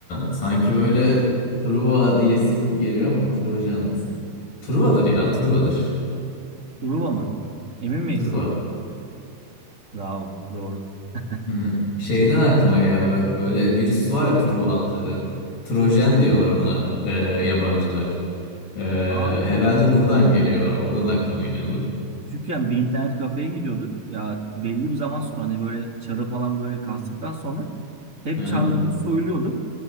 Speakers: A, on the left (about 85°); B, on the right (about 30°).
A: sanki böyle Truva diyesim geliyor ama Trojan. Truva'dır ya. Truva'dır.
B: Truva mı? Emin miyiz?
A: Truva.
B: Bravo. Doğru. <laughs>
A: Hı. Şeyden aklıma geldi bak böyle virüs var ya Truva atları. Trojen diyorlar ona e, yabancılar. E,
B: Aa,
A: herhalde buradan geliyor. Oradan aklıma geldi.
B: küçükken bir internet kafeye gidiyorduk. Ya belli bir zaman sonra hani böyle çarı falan böyle kastıktan sonra hep
A: Hı.
B: çarlarımız soyuluyorduk.